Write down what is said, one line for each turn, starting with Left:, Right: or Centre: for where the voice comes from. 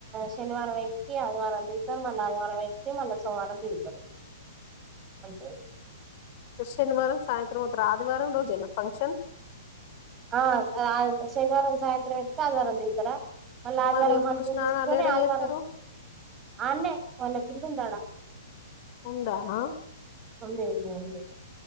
Right: శనివారం వెక్కి ఆదివారం దిగుతారు మళ్ళా ఆదివారం వెక్కి మళ్ళా సోమవారం దిగుతారు అంతే
Left: శనివారం సాయంత్రం వత్తారు ఆదివారం రోజేనా ఫంక్షన్
Right: ఆ ఆ శనివారం సాయంత్రం ఎక్కితే ఆదివారం దిగుతారా మళ్ళీ ఆదిగారం
Left: మరి ఎప్పుడు
Right: మంచిగా
Left: స్నానాలు
Right: చూసుకొని
Left: ఏడ
Right: ఆదివారం
Left: చేత్తరు
Right: ఆడనే వాళ్లకి ఇల్లు ఉంది ఆడ
Left: ఉందా
Right: ఉంది ఉంది ఉంది